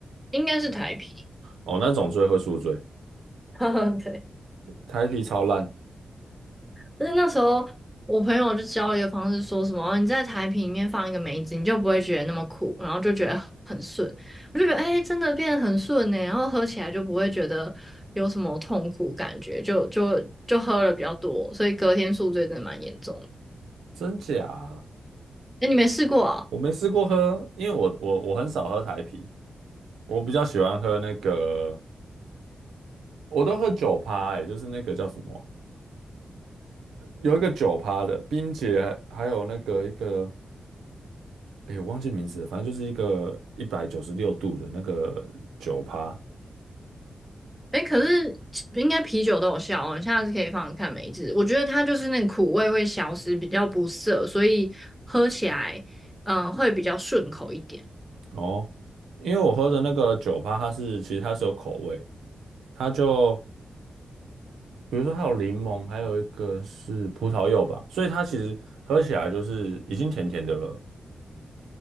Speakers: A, in the centre; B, on the right (about 90°).
A: 应该是台啤。
B: 哦，那种最会宿醉，
A: <laughs> 对。
B: 台啤超烂，
A: 但是那时候我朋友就教了一个方式，说什么哦你在台啤里面放一个梅子，你就不会觉得那么苦，然后就觉得很顺。我就觉得哎、真的变得很顺呢、然后喝起来就不会觉得有什么痛苦感觉，就就就喝了比较多，所以隔天宿醉真的蛮严重的。
B: 真假啊？
A: 哎、你没试过啊？
B: 我没试过喝，因为我我我很少喝台啤，我比较喜欢喝那个，我都喝酒趴，哎，就是那个叫什么啊有一个酒趴的冰姐，还有那个一个。哎，我忘记名字了，反正就是一个一百九十六度的那个酒趴
A: 哎、可是应该啤酒都有效哦，你下次可以放着看梅子。我觉得它就是那个苦味会消失，比较不涩，所以喝起来嗯、呃会比较顺口一点。
B: 哦。因为我喝的那个酒趴，它是其实它是有口味，它就比如说它有柠檬，还有一个是葡萄柚吧，所以它其实喝起来就是已经甜甜的了，